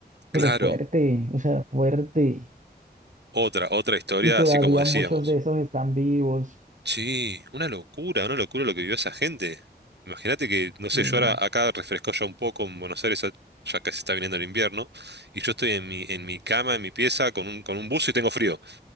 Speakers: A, on the right (about 45°); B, on the right (about 80°).
A: pero
B: Claro,
A: fuerte, o sea, fuerte.
B: otra, otra historia,
A: Y todavía
B: así como decíamos.
A: muchos de esos están vivos,
B: Sí, una locura, una locura lo que vivió esa gente. Imagínate que, no
A: sí,
B: sé, yo ahora acá refrescó ya un poco en Buenos Aires, ya que se está viniendo el invierno, y yo estoy en mi, en mi cama, en mi pieza, con un, con un buzo y tengo frío.